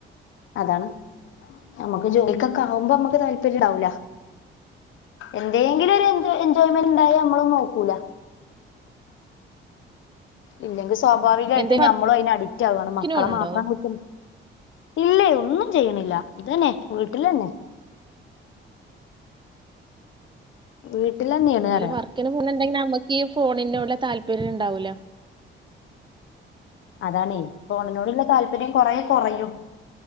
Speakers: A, on the left; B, on the right.
A: അതാണ് നമുക്ക് ജോലിക്കൊക്കെ ആവുമ്പോ നമ്മുക്ക് താല്പര്യം ഉണ്ടാവൂല എതെങ്കിലും ഒരു എൻജോയ്മെന്റ് ഉണ്ടായ നമ്മളും നോക്കൂല ഇല്ലെങ്കിൽ സ്വാഭാവികമായിട്ട്
B: എന്തേ
A: ഞമ്മളും അതിന് അഡിക്റ്റ് ആവുവയാണ്
B: വർക്കിന്
A: മക്കളെ
B: പോണുണ്ടോ
A: മാത്രം കുറ്റ- ഇല്ല ഒന്നും ചെയ്യണില്ല ഇതന്നെ വീട്ടിൽന്നെ വീട്ടിലന്നെയാണ്
B: എന്തേലും
A: പറയാ
B: വർക്കിന് പോണൊണ്ടെങ്കി നമ്മക്ക്- ഈ ഫോണിന ഉള്ള താല്പര്യം ഉണ്ടാവൂല
A: അതാണേ ഫോണിനോടുള്ള താല്പര്യം കൊറെ കൊറയും